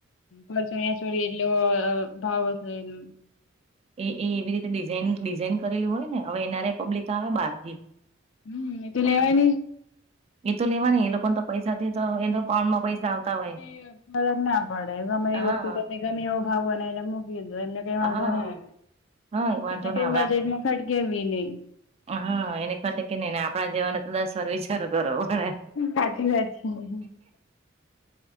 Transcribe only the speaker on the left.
મારે ચણિયાચોળી એટલો ભાવ હશે એ
હમ એ તો લેવાય નહિ
કે ફરક ના પડે અમે
એ વસ્તુ તમને ગમે એવો ભાવ બને એને મૂકી દો એમને કઈ વાંધો
નહી
તેમને
પેલનમાં
ખટકે નહી.
સાચી વાત છે